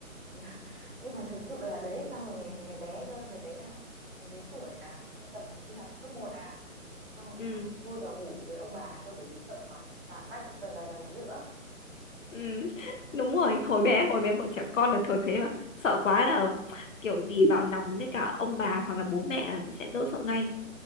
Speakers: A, on the right (about 40°); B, on the left (about 65°).
A: <laughs> nhưng mà thật sự là đấy xong rồi ngày ngày bé cơ đợt đấy là có mấy tuổi à có tầm đi học cấp một à thế xong rồi
B: ừ
A: toàn phải chui vào ngủ với ông bà thôi bởi vì sợ quá toàn bắt toàn đòi nằm giữa
B: ừ <laughs> đúng rồi hồi bé hồi bé bọn trẻ con là thường thế mà sợ quá là kiểu gì vào nằm với cả ông bà hoặc là bố mẹ là sẽ đỡ sợ ngay